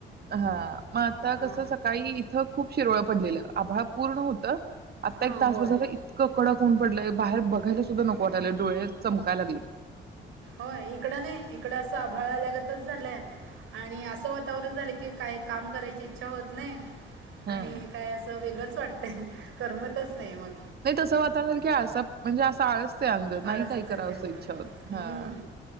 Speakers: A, on the right (about 55°); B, on the right (about 80°).
A: हा मग आता
B: आ,
A: कसं सकाळी इथं खूप शिरवळ पडलेलं आभाळ पूर्ण होतं आता
B: हां
A: एक तास
B: होय
A: बसाायला इतक कडक ऊन पडलंय बाहेर बघायला सुद्धा नको वाटालं डोळे चमकाय लागलेत.
B: हो इकडं नाही इकडं असं आभाळा आल्यागतच झालंय आणि असं वातावरण झालं की काय काम करायची इच्छा होत नाही
A: हां.
B: आणि काय असं वेगळंच वाटत. करमतच नाही मग
A: नाही तसं वाातावरण झाल की आळसा म्हणजे असा आळस सांग
B: आळसच
A: नाही काय करावं
B: येते होय
A: इच्छा होत
B: हम्म.
A: हा.